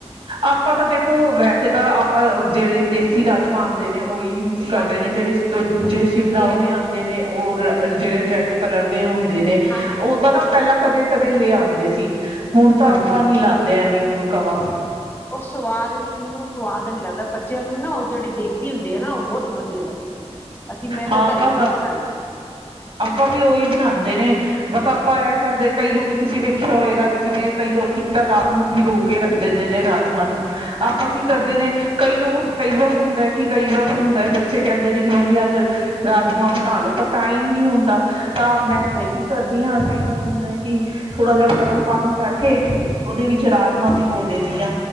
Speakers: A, on the right; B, on the left.
A: ਆਪਾਂ ਤਾਂ ਦੇਖੋ, ਵੈਸੇ ਤਾਂ ਆਪਾਂ ਜਿਹੜੇ ਦੇਸੀ ਰਾਜਮਾਂ ਆਉਂਦੇ ਨੇ ਉਹੀ ਯੂਜ ਕਰਦੇ
B: ਹਾਂਜੀ
A: ਨੇ ਜਿਹੜੇ ਦੂਜੇ ਸ਼ਿਮਲਾ
B: ਦੇਸੀ
A: ਆਏ ਨੇ ਹੁਣ ਦੇ ਨੇ ਉਹ ਜਿਹੜੇ ਰੈਡ ਕਲਰ ਦੇ ਹੁੰਦੇ ਨੇ,
B: ਹਾਂਜੀ
A: ਉਹ ਤਾਂ ਨਾ ਪਹਿਲਾਂ ਕਦੇ- ਕਦੇ ਲੈ ਆਂ ਦੇ ਸੀ, ਹੁਣ ਤਾਂ
B: ਹਾਂਜੀ
A: ਆਪਾਂ ਨੀ ਲਾਂਦੇ ਐਵੇਂ ਕਿਉਂ ਕਵਾਂ।
B: ਉਹ ਸਵਾਦ ਨੀ ਮੈਨੂੰ ਸਵਾਦ ਨੀ ਲੱਗਦਾ ਬ- ਬੱਚਿਆਂ ਨੂੰ ਨਾ ਉਹ ਜਿਹੜੇ ਦੇਸੀ ਹੁੰਦੇ ਆ ਨਾ ਉਹ ਬੋਤ ਵਧੀਆ ਲੱਗਦੇ ਅਸੀਂ ਮੈਂ
A: ਹਾਂ
B: ਤਾਂ ਘਰੇ
A: ਬਸ
B: ਉਹੀ ਬਣਾ-
A: ਆਪਾਂ ਵੀ ਉਹੀ ਬਣਾਉਦੇ ਨੇ। ਬਸ ਆਪਾਂ ਇਹ ਕਰਦੇ ਕਈ ਲੋਕੀ ਤੁਸੀਂ ਵੇਖਿਆ ਹੋਏਗਾ ਜਿਵੇਂ ਕਈ ਲੋਕੀ ਤਾਂ ਰਾਤ ਨੂੰ ਭਿਗੋ ਕੇ ਰੱਖ ਦਿੰਦੇ ਨੇ ਰਾਜਮਾਂ ਨੂੰ,
B: ਹਾਂਜੀ
A: ਆਪਾਂ ਕੀ ਕਰਦੇ
B: ਹਾਂਜੀ
A: ਨੇ ਕਈ ਲੋਕ ਕਈ ਵਾਰ ਹੁੰਦਾ ਕੀ ਕਈ ਵਾਰ ਹੁੰਦਾ ਬੱਚੇ ਕਹਿੰਦੇ ਨੇ ਕਿ ਮੰਮੀ ਅੱਜ ਰਾਜਮਾਂਹ ਬਣਾ ਲੋ ਪਰ ਟਾਈਮ ਨਹੀਂ ਹੁੰਦਾ ਤਾਂ ਮੈਂ ਨਾ
B: ਸਹੀ
A: ਕੀ
B: ਗੱਲ
A: ਕਰਦੀ ਹਾਂ। ਕਈ ਵਾਰ ਹੁੰਦਾ ਕੀ ਥੋੜਾ ਬੋਤ ਗਰਮ ਪਾਣੀ ਕਰਕੇ, ਉਹਦੇ ਵਿੱਚ ਰਾਜਮਾਂ ਬਗੋ ਦਿੰਦੀ ਹਾਂ